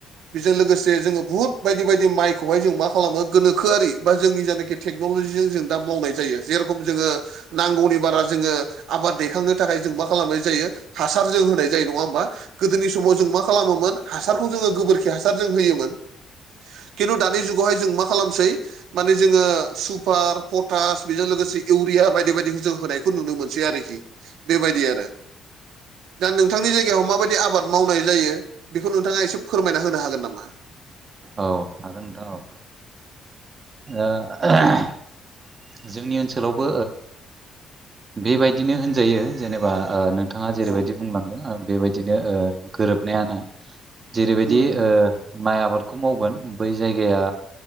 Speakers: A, on the right; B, on the right.
A: बेजों लोगोसे जोंङो बुहुत बायदि बायदि माइखौहाय जों मा खालामो गोनोखोआरि बा जोंनि जायनाखि टेक्नललिजों जों दा मावनाय जायो जेरखम जोंङो नांगौनि बारा जोंङो आबाद दैखांनो थाखाय जों मा खालामनाय जायो हासारजों होनाय जायो नंङा होमबा गोदोनि समाव जों मा खालामोमोन हासारखौ जोंङो गोबोरखि हासार जों होयोमोन खिन्थु दानि जुगावहाय जों मा खालामसै माने जोंङो सुपार पटास बेजों लोगोसे इउरिया बायदि बायदिखौ जों होनाय खौ नुनो मोनसै आरोखि बेबायदि आरो दा नोंथांनि जायगायाव माबायदि आबाद मावनाय जायो बेखौ नोंथांङा एसे फोरमायना होनो हागोन नामा
B: औ आरो औ <unintelligible>
A: औ
B: जोंनि ओनसोलावबो बेबायदिनो होनजायो जेनेबा बिथांङा जेरैबायदि
A: औ
B: बुंलांदों बेबायदिनो गोरोबनायानो जेरैबायदि
A: उम उम
B: माइ आबादखौ मावगोन बै जायगाया